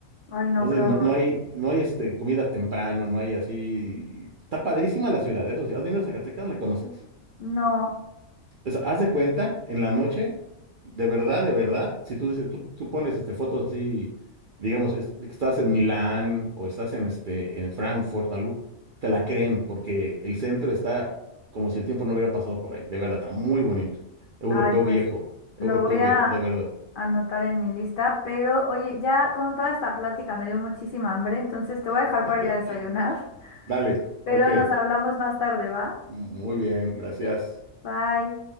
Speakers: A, on the left; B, on the right.
A: ay no,
B: Entonces,
A: qué horror.
B: no, no hay, no hay este, comida temprano, no hay así. Está padrísima la ciudad, eso sí. ¿Has venido a Zacatecas? ¿La conoces?
A: No,
B: O sea, haz de cuenta, en la noche, de verdad, de verdad, si tú dices, tú, tú pones este, fotos así, digamos, es- estás en Milán o estás en, este, en Frankfurt, algo, te la creen porque el centro está como si el tiempo no hubiera pasado por ahí. De verdad, está muy bonito. Europeo
A: ay, pues
B: viejo, europeo
A: lo voy a
B: viejo, de verdad.
A: anotar en mi lista, pero oye, ya con toda esta plática me dio muchísima hambre, entonces te voy a dejar
B: <laughs>
A: para ir a desayunar, <laughs>
B: Dale,
A: pero
B: ok.
A: nos hablamos más tarde, ¿va?
B: Muy bien, gracias.
A: Bye.